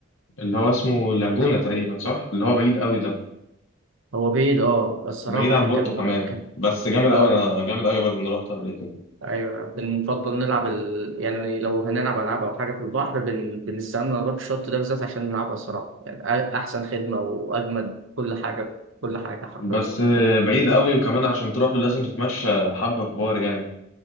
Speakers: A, on the left; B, on the right.
A: اللي هو اسمه لاجونا تقريبا صح اللي هو بعيد قوي ده
B: هو بعيد اه الصراحه
A: بعيد عن
B: كان
A: بورتو كمان
B: كان
A: بس جامد
B: اه
A: قوي انا جامد قوي برضه انا رحته قبل كده
B: ايوه بنفضل نلعب ال... يعني لو هنلعب العاب او حاجه في البحر بن... بنستنى نروح الشط ده بالذات عشان نلعبها الصراحه يعني أ- احسن خدمه واجمد كل حاجه كل حاجه حرفيا
A: بس آه، بعيد قوي وكمان عشان تروح له لازم تتمشى حبة كبار يعني